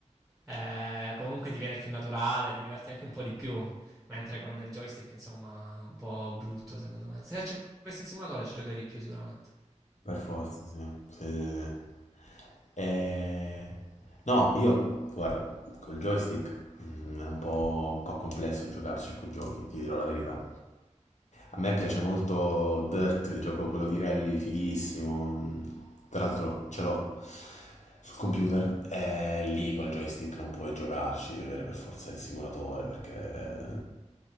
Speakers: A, in the centre; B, on the left.
A: eh, comunque ti viene più naturale, ti diverti anche un po' di più. Mentre con il joystick, insomma, un po' brutto secondo me. Se ci avessi il simulatore ci giocherei di più sicuramente.
B: per forza, sì. Sì, sì, sì. Eh, No, io, guarda, col joystick mm, è un po', un po' complesso giocarci a quei giochi, ti dirò la verità. A me piace molto Dirt, il gioco quello di rally, fighissimo. Tra l'altro ce l'ho sul computer e lì col joystick non puoi giocarci, devi avere per forza il simulatore perché,